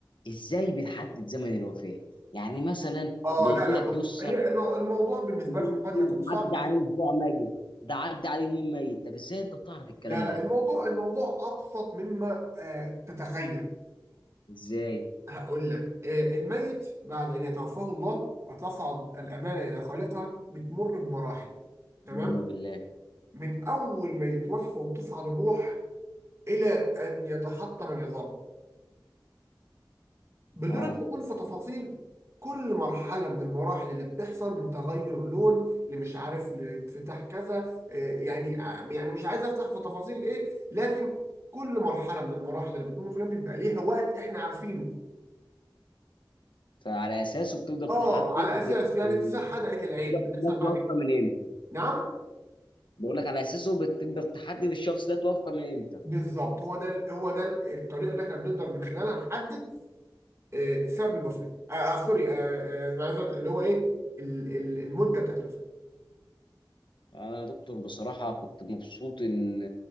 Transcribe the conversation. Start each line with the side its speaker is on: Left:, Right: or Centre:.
Left: ازاي بتحدد زمن الوفاه يعني مثلا
Right: اه
Left: بيجي
Right: لا لا
Left: لك جثه
Right: بص هي الم- الموضوع بالنسبه
Left: بيقول
Right: لكم
Left: لك
Right: قد يكون
Left: إيه، ده
Right: صعب
Left: عدى
Right: لكن
Left: عليه اسبوع ميت ده عدى عليه يومين ميت طب ازاي انت بتعرف الكلام
Right: لا لا
Left: ده
Right: الموضوع الموضوع ابسط مما آه تتخيل
Left: ازاي
Right: هقول لك آه الميت بعد ان يتوفاه الله وتصعد الامانه الى خالقها بتمر بمراحل تمام
Left: بالله بالله
Right: من أول ما يتوفى وتصعد الروح إلى أن يتحطم العظام بدون
Left: اه
Right: الدخول في تفاصيل كل مرحلة من المراحل اللي بتحصل من تغير لون لمش عارف لانفتاح كذا آه، يعني آه، يعني مش عايز أفتح في تفاصيل إيه لكن كل مرحلة من المراحل اللي بتمر في اليوم بيبقى ليها وقت إحنا عارفينه
Left: فعلى اساسه بتقدر
Right: آه
Left: تحدد
Right: على أساس يعني اتساع حدقة العين
Left: الشخص
Right: بتحصل
Left: ده
Right: بعد
Left: توفى
Right: كده
Left: من امتى
Right: نعم
Left: بقول لك على اساسه بتقدر تحدد الشخص ده توفى من امتى
Right: بالظبط هو ده هو ده الطريقة اللي إحنا بنقدر من خلالها نحدد آه، سبب الوفاه آه آه سوري آه آه أنا عايز أقول اللي هو ايه ال- ال- المده بتاعت الوفاه
Left: انا يا دكتور بصراحه كنت مبسوط ان